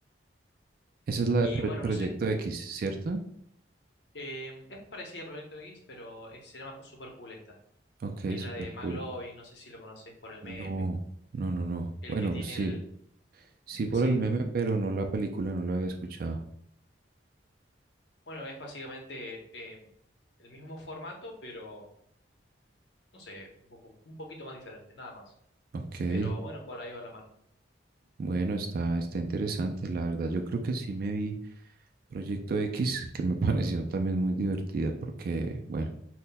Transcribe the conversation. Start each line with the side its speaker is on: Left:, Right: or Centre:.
Right: esa es la
Left: Y
Right: de Pro-
Left: bueno,
Right: Proyecto
Left: no sé,
Right: X, ¿cierto?
Left: eh, es parecida a Proyecto X, pero es, se llama Super Cool esta.
Right: Ok,
Left: Es
Right: super
Left: la de McLovin,
Right: cool.
Left: no sé si lo conoces por el meme,
Right: No, no, no, no.
Left: el
Right: Bueno,
Left: que tiene
Right: pues sí,
Left: el...
Right: sí por
Left: Sí,
Right: el meme, pero no la película, no la había escuchado.
Left: bueno, es básicamente eh, el mismo formato, pero, no sé, un poco, un poquito más diferente, nada más.
Right: Ok,
Left: Pero bueno, por ahí va la mano.
Right: bueno, está, está interesante, la verdad. Yo creo que sí me vi Proyecto X, que me <laughs> pareció también muy divertida, porque, bueno,